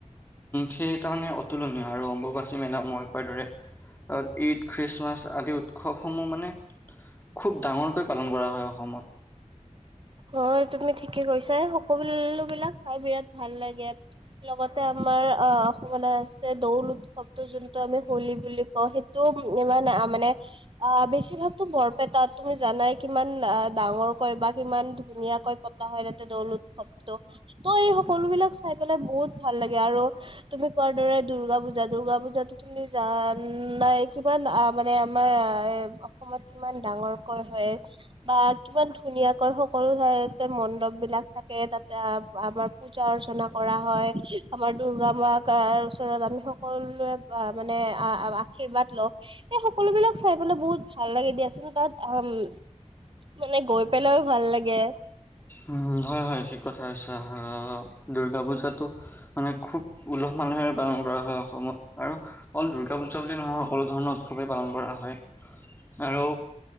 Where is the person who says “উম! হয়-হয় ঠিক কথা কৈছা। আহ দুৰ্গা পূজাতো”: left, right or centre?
Left